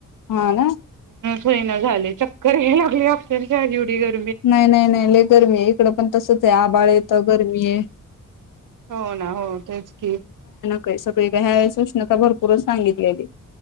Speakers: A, on the left; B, on the right.
A: हा ना
B: होईना झाले चक्कर यायला लागली अक्षरशा <unintelligible> बीगर
A: नाय नाय नाय लय गरमी आहे इकडं पण तसचय आभाळ येत गर्मी आहे
B: हो ना हो तेच की
A: का सगळी का ह्या उष्णता भरपूरच सांगितलेली.